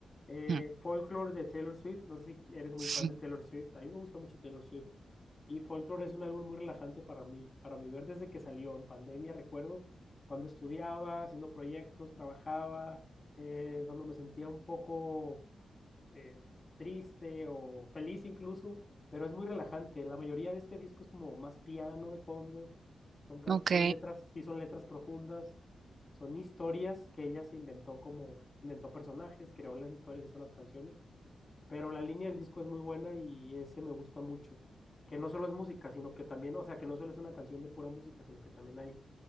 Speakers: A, on the left (about 30°); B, on the right (about 60°).
A: eh,
B: Mm.
A: Folklore de Taylor Swift, no sé si eres muy
B: <laughs>
A: fan de Taylor Swift, a mí me gusta mucho Taylor Swift, y Folklore es un álbum muy relajante para mí, para mi ver desde que salió en pandemia, recuerdo cuando estudiaba, haciendo proyectos, trabajaba, eh, cuando me sentía un poco eh, triste o feliz incluso, pero es muy relajante. La mayoría de este disco es como más piano de fondo, son, can-
B: Ok.
A: son letras, sí son letras profundas, son historias que ella se inventó como, inventó personajes, creó las historias, hizo las canciones, pero la línea del disco es muy buena y ese me gusta mucho. Que no solo es música, sino que también, o sea, que no solo es una canción de pura música, sino que también hay,